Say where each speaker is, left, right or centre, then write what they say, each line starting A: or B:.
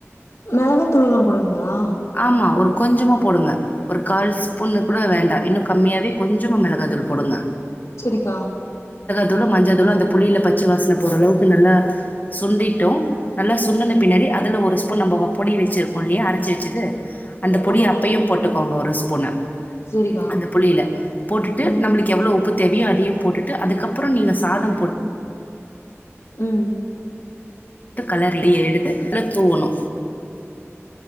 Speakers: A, on the left; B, on the left.
A: மெளக தூள்ளெலா போடுனு ங்களா
B: ஆமா ஒரு கொஞ்சமா போடுங்க ஒரு கால் ஸ்பூன்னு கூட வேண்டா இன்னு கம்மியாவோ கொஞ்சமா மெளகாதூள் போடுங்க
A: செரிக்கா
B: தூளும் மஞ்சதூளும் அந்த புளியில பச்ச வாசன போற அளவுக்கு நல்லா சுண்டிட்டோ நல்லா சுண்டன
A: ம்
B: பின்னாடி அதல ஒரு ஸ் ப்போ நம்ப ப பொடி வெச்சிருகோ இல்லியா அரச்சு ச்சிது அந்த பொடி
A: ஆமாக்கா
B: அப்பையு போட்டுக்கோங்க ஒரு ஸ் ஸ்பூன
A: செரிக்கா
B: அந்த புளில போட்டுட்டு
A: ம்
B: நம்ளுக்கு எவ்ளோ உப்பு தெரி அதையு போட்டுட்டு அதுக்கப்பறோ நீங்க சாதம் போட்
A: ம்
B: டு களரி எடுத்து அதுல தூவணு